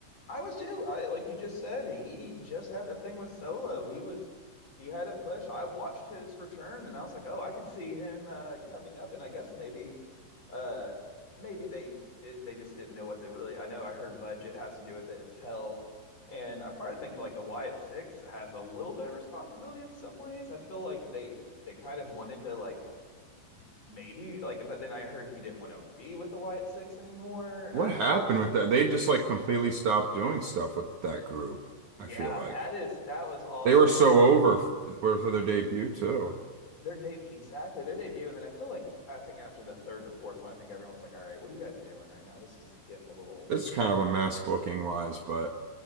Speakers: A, on the left; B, on the right.
A: I was too. I like you just said, he just had the thing with Solo. He was he had a push. I watched his return and I was like, "Oh, I could see him uh coming up." And I guess maybe uh maybe they did they just didn't know what to really I know I heard budget has to do with it, his health. And I probably think like the Wyatt Six has a little bit of responsibility in some ways. I feel like they they kind of wanted to like maybe like but then I heard he didn't want to be with the Wyatt Six anymore
B: What
A: after
B: happened
A: every
B: with that? They just like completely stopped doing stuff with that group.
A: Yeah,
B: I feel like
A: that is that was also
B: they were so
A: I feel
B: over
A: like
B: f- for their debut too.
A: their day exactly their debut, and then I feel like I think after the third or fourth one, I think everyone's like, "All right, what are you guys doing right now? This is getting a little
B: This is kind of a mess booking wise, but